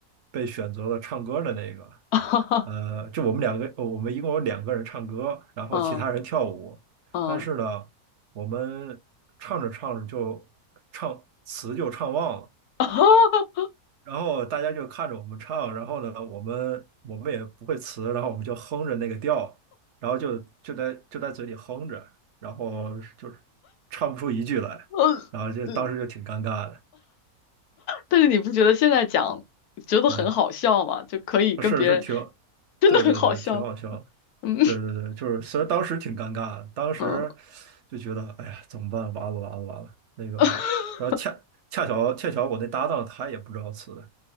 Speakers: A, on the right; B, on the left.
A: 被选择了唱歌的那个，
B: <laughs>
A: 呃，就我们两个，呃我们一共有两个人唱歌，然后其他人跳舞。
B: 嗯嗯嗯，
A: 但是呢，我们唱着唱着就唱词就唱忘了，
B: <laughs>
A: 然后大家就看着我们唱，然后呢，我们我们也不会词，然后我们就哼着那个调，然后就就在就在嘴里哼着，然后就是唱不出一句来，
B: 嗯，
A: 然后就当时就挺尴尬的，
B: 嗯 <laughs> 但是你不觉得现在讲觉得很好笑吗？
A: 呃。
B: 就可以跟别人
A: 是是挺，
B: 真的很好笑，
A: 对对对，挺好笑的
B: 嗯
A: 对对对，就是虽然当时挺尴尬的，当时
B: <laughs> 嗯，
A: 就觉得哎呀怎么办？完了完了完了，那个，
B: <laughs>
A: 然后恰恰巧恰巧我那搭档他也不知道词的